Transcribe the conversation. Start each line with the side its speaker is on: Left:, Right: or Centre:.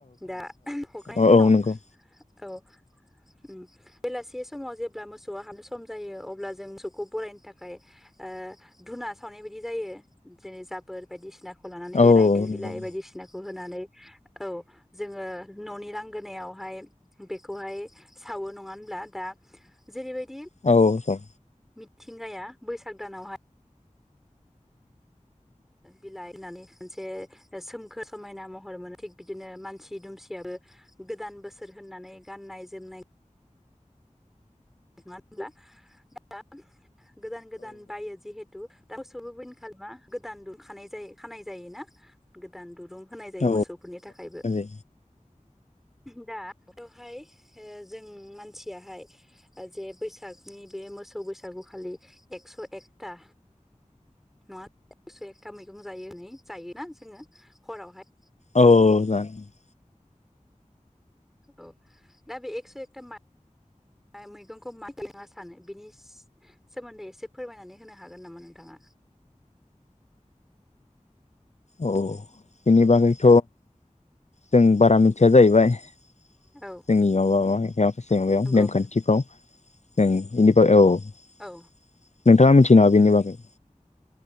Centre: दा हगारनायनि
Left: औ-औ-औ
Centre: उनाव
Left: नंगौ।
Centre: औ उम बेलासि समाव जेब्ला मोसौआ हाबनो सम जायो अब्ला जों मोसौखौ बरायनो थाखाय ओ धुना सावनाय बायदि जायो जेरै जाबोर बायदिसिना खौ लानानै बे
Left: औ
Centre: रायदें बिला
Left: नंगौ औ
Centre: बायदिसिनाखौ होनानै औ जोङो न'नि लांगोनायावहाय बेखौहाय सावो नङा होनब्ला दा जेरैबायदि
Left: औ
Centre: मिथिंगाया बैसाग दानावहाय बिलाइ होननानै खनसे सोमखोर समायना महर मोनो थिग बिदिनो मानसि दुमसियाबो गोदान बोसोर होननानै गाननाय जोमनाय होनब्ला दा गोदान गोदान बायो जिहेतु दा मोसौनोबो गोदान दुरुं खानाइ जायो खानाय जायो ना गोदान दुरुं होनाय जायो
Left: औ
Centre: मोसौफोरनि थाखायबो
Left: औ
Centre: दा बेवहाय जों मानसियाहाय जे बैसागनि बे मोसौ बैसागु खालि एकस' एकथा नङा एकस' एकथा मैगं जायो नै जायोना जोङो हरावहाय
Left: औ जानो
Centre: औ दा बे एक्स' एकथा मैगंखौ मा सानो बिनि सोमोन्दै एसे फोरमायनानै होनो हागोन नामा नोंथाङा?
Left: औ बिनि बागैथ' जों बारा मिथिया जाहैबाय जोंनियाव
Centre: औ
Left: गाासै माबायाव
Centre: नंगौ
Left: नेमखान्थिफ्राव <unintelligible>
Centre: औ
Left: नोंथाङा मिथियो नामा बेनि बागै? <inaudible>